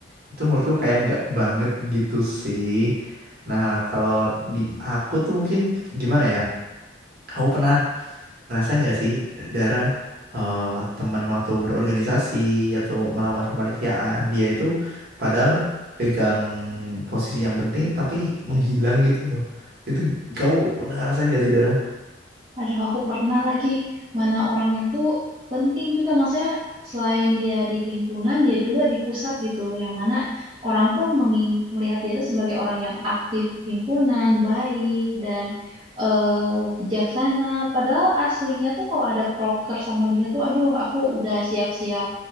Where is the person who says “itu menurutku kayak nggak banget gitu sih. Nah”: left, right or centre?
Right